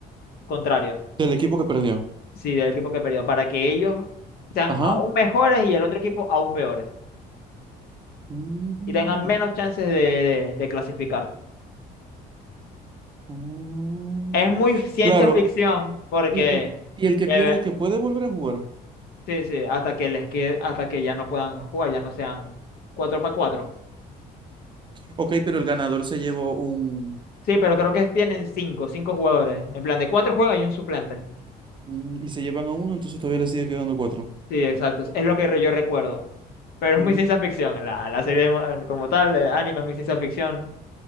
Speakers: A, on the left; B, on the right.
A: contrario.
B: Del equipo que perdió.
A: Sí, del equipo que perdió, para que ellos sean
B: Ajá.
A: aún mejores y el otro equipo aún peores
B: Mm,
A: y tengan menos chances de, de- de clasificar.
B: ok.
A: Es muy ciencia
B: Claro.
A: ficción porque
B: Y, y, y el que
A: debe-
B: pierde, que puede volver a jugar.
A: sí, sí, hasta que les quede, hasta que ya no puedan jugar, ya no sean 4 para 4.
B: Ok, pero el ganador se llevó un...
A: Sí, pero creo que tienen 5, 5 jugadores. En plan, de 4 juegan y un suplente.
B: un- Y se llevan a uno, entonces todavía le sigue quedando cuatro.
A: Sí, exacto. Es lo que re- yo recuerdo. Pero es
B: Mm.
A: muy ciencia ficción. La, la serie mo- eh, como tal, eh, anime, muy ciencia ficción.